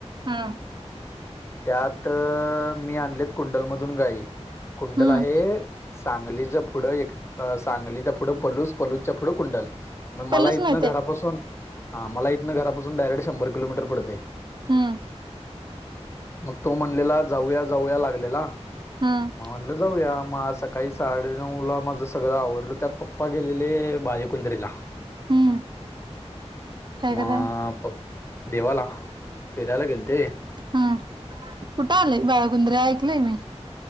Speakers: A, on the right; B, on the left.
A: हा
B: त्यात मी आणले कुंडलमधून गाई कुंडल
A: हम्म
B: आहे. सांगलीचं पुढं एक सांगलीच पुढं पलूस पलूजच्या पुढं कुंडल. मग
A: पल्लूच
B: मला
A: माहित
B: इथन घरापासून
A: आहे
B: हा, मला इथन घरापासून डायरेक्ट शंभर किलोमीटर पडत.
A: हम्म.
B: मग तो म्हणलेला जाऊया जाऊया लागलेला.
A: हम्म
B: मग म्हणलं जाऊया मग अस. काही साडेनऊ ला माझं सगळं आवडल त्यात पप्पा गेलेले बालकुंदरीला.
A: हम्म. काय
B: मग
A: करा
B: प देवाला फिरायला गेल ते.
A: हम् कुठे आलेय बाळगुंद्रे ऐकलय मी.